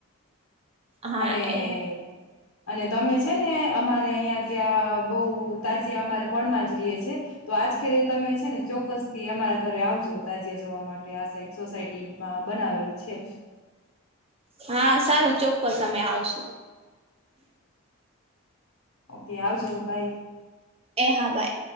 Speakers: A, on the right; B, on the left.
A: હા
B: અને-અને
A: એ
B: તમે છે ને અમારે અહિયાં જ જ્યાં બઉ તાજયા અમારે પણમાં જ રહીએ છે તો આજ ખેરે તમે છે ને ચોક્કસ થી અમારા ઘરે આવજો તાજિયા જોવા માટે આ સાઈડ સોસાયટીમાં બનાવેલુ છે.
A: હા સારું ચોક્કસ અમે આવશું.
B: ઓકે આવજો બાય.
A: એ હા બાઈ.